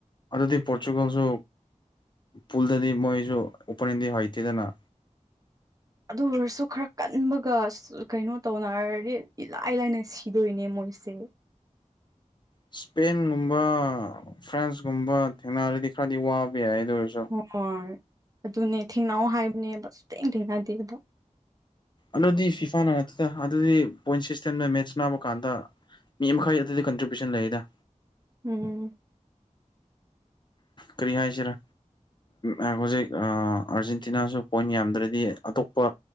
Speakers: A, on the left (about 35°); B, on the right (about 25°).
A: ꯑꯗꯨꯗꯤ ꯄꯣꯔꯆꯨꯒꯜꯁꯨ ꯄꯨꯜꯗꯗꯤ ꯃꯣꯏꯁꯨ ꯑꯣꯄꯣꯅꯦꯟꯗꯤ ꯍꯩꯇꯦꯗꯅ
B: ꯑꯗꯨ ꯑꯣꯏꯔꯁꯨ ꯈꯔ ꯀꯟꯕꯒ ꯀꯩꯅꯣ ꯇꯧꯅꯔꯗꯤ ꯏꯂꯥꯏ ꯂꯥꯏꯅ ꯁꯤꯗꯣꯏꯅꯦ ꯃꯣꯏ ꯃꯣꯏꯁꯦ
A: ꯏꯁꯄꯦꯟꯒꯨꯝꯕ ꯐ꯭ꯔꯥꯟꯁꯀꯨꯝꯕ ꯊꯦꯡꯅꯔꯗꯤ ꯈꯔꯗꯤ ꯋꯥꯕ ꯌꯥꯏ ꯑꯗꯨ ꯑꯣꯏꯔꯁꯨ
B: ꯍꯣꯏ ꯑꯗꯨꯅꯦ ꯊꯦꯡꯅꯧ ꯍꯥꯏꯕꯅꯦꯕ ꯁꯨꯛꯊꯦꯡ ꯊꯦꯡꯅꯗꯦꯕ
A: ꯑꯗꯨꯗꯤ ꯐꯤꯐꯥꯅ ꯅꯠꯇꯦꯗ ꯑꯗꯨꯗꯤ ꯄꯣꯏꯟ ꯁꯤꯁꯇꯦꯝꯗ ꯃꯦꯠꯁ ꯁꯅꯕ ꯀꯥꯟꯗ ꯃꯤ ꯃꯈꯩ ꯑꯗꯨꯗꯤ ꯀꯟꯇ꯭ꯔꯤꯕ꯭ꯌꯨꯁꯟ ꯂꯩꯗ
B: ꯎꯝ
A: ꯀꯔꯤ ꯍꯥꯏꯁꯤꯔ ꯑꯥ ꯍꯧꯖꯤꯛ ꯑꯥꯔꯖꯦꯟꯇꯤꯅꯥꯁꯨ ꯄꯣꯏꯟ ꯌꯥꯝꯗ꯭ꯔꯗꯤ ꯑꯇꯣꯞꯄ